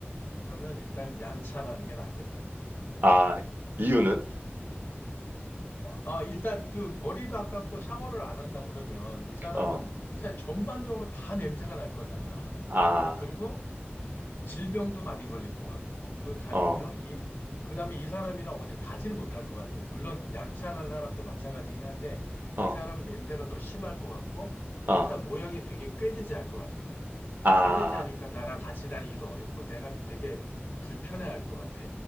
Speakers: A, on the left; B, on the right.
A: 그러면 일단 양치하는 게 낫겠다.
B: 아,
A: 어.
B: 이유는?
A: 아, 일단 그 머리도 안 감고 샤워를 안 한다고 그러면 이 사람은
B: 어,
A: 일단 전반적으로 다 냄새가 날 거잖아.
B: 아,
A: 그리고 질병도 많이 걸릴 것 같고, 그리고 가,
B: 어,
A: 음, 어, 이, 그 다음에 이 사람이랑 어떻게 가지를 못할 것 같아. 물론 양치하는 사람도 마찬가지긴 한데,
B: 어,
A: 이 사람은 냄새가 더 심할 것 같고,
B: 어,
A: 일단 모양이 되게 꾀지지할 것 같은 거야.
B: 아,
A: 꾀지지하니까 나랑 같이 다니기도 어렵고, 내가 되게 불편해할 것 같아.